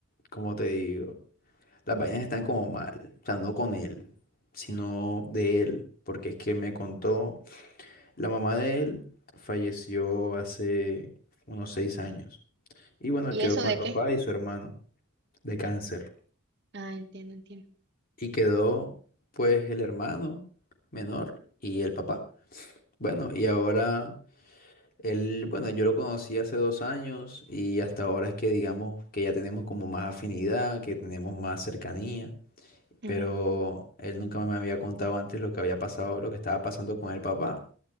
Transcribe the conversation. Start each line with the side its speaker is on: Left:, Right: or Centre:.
Left: como te digo, las vainas están como mal, o sea, no con él, sino de él, porque es que él me contó. La mamá de él falleció hace unos seis años. Y bueno,
Right: ¿Y
Left: él quedó
Right: eso
Left: con
Right: de
Left: el papá
Right: qué?
Left: y su hermano de cáncer.
Right: Ah, entiendo, entiendo.
Left: Y quedó pues el hermano menor y el papá. Bueno, y ahora él, bueno, yo lo conocí hace dos años y hasta ahora es que digamos que ya tenemos como más afinidad, que tenemos más cercanía.
Right: Ujú.
Left: Pero él nunca me había contado antes lo que había pasado, lo que estaba pasando con el papá.